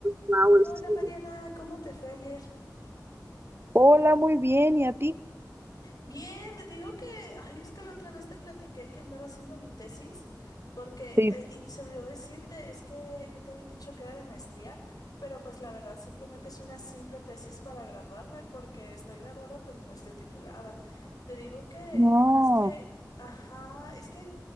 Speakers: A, on the right (about 35°); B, on the left (about 60°).
A: flower
B: Hola
A: season.
B: Mariana, ¿cómo te fue ayer?
A: Hola, muy bien. ¿Y a ti?
B: Bien, te digo que, ay, es que la otra vez te platiqué que andaba haciendo mi tesis, porque,
A: Sí.
B: eh, y se me olvidó decirte, es que yo te había dicho que era de maestría, pero pues la verdad simplemente es una simple tesis para graduarme, porque estoy graduada pero no estoy titulada. Te digo que,
A: No,
B: es que, ajá, es que